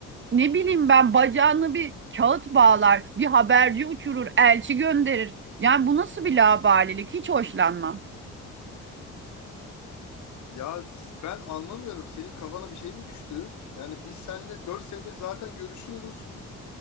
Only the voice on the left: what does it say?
Ya s- ben anlamıyorum senin kafana bir şey mi düştü? Yani biz seninle 4 senedir zaten görüşüyoruz.